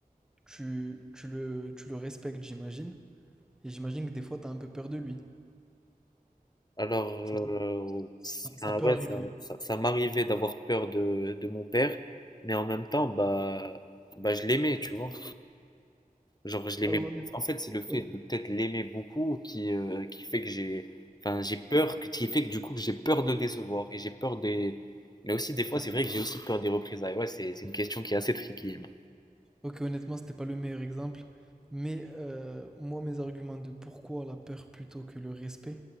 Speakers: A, in the centre; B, on the left.
A: tu tu le tu le respectes, j'imagine? Et j'imagine que des fois, t'as un peu peur de lui.
B: Alors,
A: Ça peut
B: euh, ça,
A: ça ça peut
B: ouais,
A: arriver.
B: ça, ça- ça m'arrivait d'avoir peur de, de mon père, mais en même temps, bah, bah, je l'aimais, tu vois. Genre, je l'aimais.
A: Ah, Honnête
B: En fait, c'est le fait
A: hon
B: de peut-être l'aimer beaucoup qui, euh, qui fait que j'ai. Enfin, j'ai peur, que- qui fait que du coup, que j'ai peur de le décevoir. Et j'ai peur des. Mais aussi, des fois, c'est vrai que j'ai aussi peur des représailles. Ouais, c'est c'est une question qui est assez tricky. hein.
A: OK, honnêtement, c'était pas le meilleur exemple, mais heu, moi, mes arguments de pourquoi la peur plutôt que le respect,